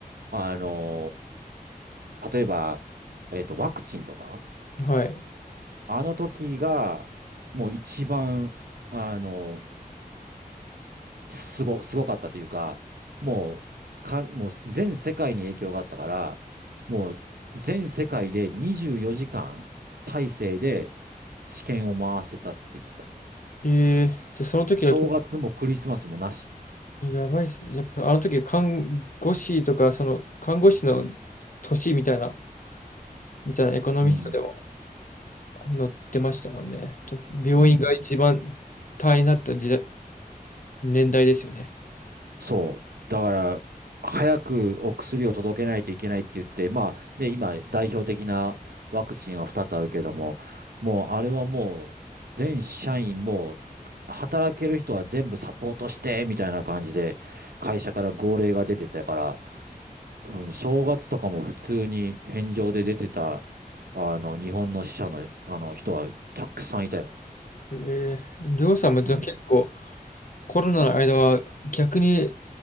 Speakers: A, on the right; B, on the left.
A: あの、例えば、えっと、ワクチンとか、
B: はい。
A: あの時が、もう一番、あの、すご、すごかったというか、もう、か、もう全世界に影響があったから、もう全世界で24時間体制で治験を回してたって言ってた。
B: えー、じゃあその時が、
A: 正月もクリスマスもなし。
B: やばいですね。やっぱあの時看護師とか、その看護師の年みたいな、みたいなエコノミストでも
A: うん。
B: 載ってましたもんね。と病院が一番大変だった時代、
A: うん。
B: 年代ですよね。
A: そう。だから、早くお薬を届けないといけないって言って、まあ、ね、今、代表的なワクチンは2つあるけれども、もう、あれはもう、全社員もう、働ける人は全部サポートして、みたいな感じで、会社から号令が出てたから、うん、正月とかも普通に返上で出てた、あの、日本の死者の、あの、人はたくさんいたよ。
B: えー、りょうさんもじゃあ結構
A: うん。い
B: コロナの間は逆に